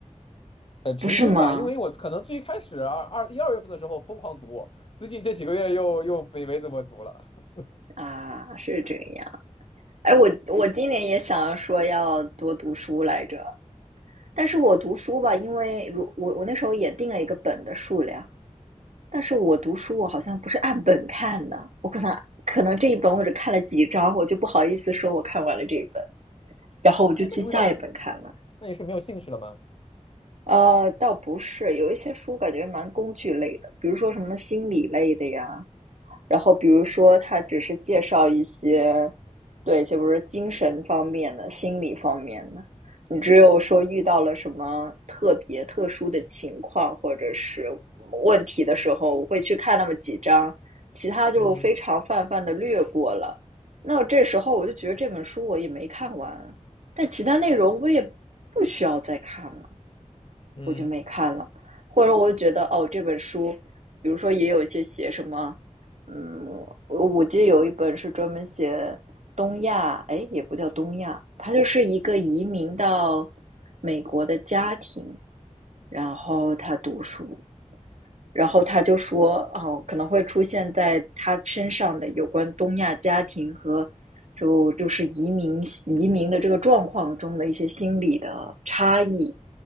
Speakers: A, on the left; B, on the right.
A: 呃，平均吧，
B: 不是吗？
A: 因为我可能最开始二二一二月份的时候疯狂读，最近这几个月又又没没怎么读了。<laughs>
B: 啊，是这样。哎，我我今年也想说要多读书来着，但是我读书吧，因为如我我那时候也定了一个本的数量，但是我读书我好像不是按本看的，我可能可能这一本我只看了几章，我就不好意思说我看完了这一本，然后我就去下一本看了。
A: 哎，那你为啥？那你是没有兴趣了吗？
B: 呃，倒不是，有一些书感觉蛮工具类的，比如说什么心理类的呀，然后比如说他只是介绍一些，对，就比如说精神方面的、心理方面的。你只有说遇到了什么特别特殊的情况或者是问题的时候，我会去看那么几章，其他就非常泛泛的略过了。
A: 嗯
B: 那这时候我就觉得这本书我也没看完，但其他内容我也不需要再看了。
A: 嗯。
B: 我就没看了，或者我觉得哦，这本书，比如说也有一些写什么，嗯，我我记得有一本是专门写东亚，哎，也不叫东亚，它就是一个移民到美国的家庭，然后他读书，然后他就说，哦，可能会出现在他身上的有关东亚家庭和就就是移民移民的这个状况中的一些心理的差异，